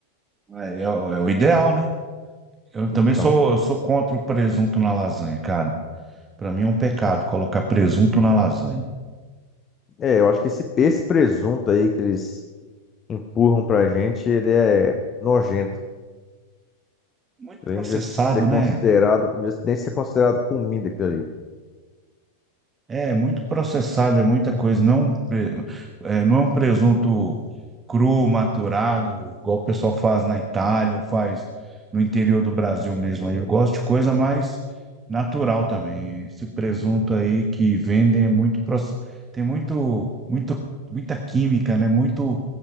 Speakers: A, on the right; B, on the left.
A: É, é o é o ideal, né? Eu também
B: Então,
A: sou, eu sou contra o presunto na lasanha, cara. Para mim é um pecado colocar presunto na lasanha.
B: é, eu acho que esse, esse presunto aí que eles empurram pra gente, ele é nojento.
A: Muito
B: Ele
A: processado,
B: não devia ser considerado,
A: né?
B: não devia nem ser considerado comida aquilo ali.
A: É muito processado, é muita coisa. Não, é um pre- é, não é um presunto cru, maturado, igual o pessoal faz na Itália ou faz no interior do Brasil mesmo. Aí eu gosto de coisa mais natural também. Esse presunto aí que vendem é muito proce- tem muito, muito, muita química, né? Muito,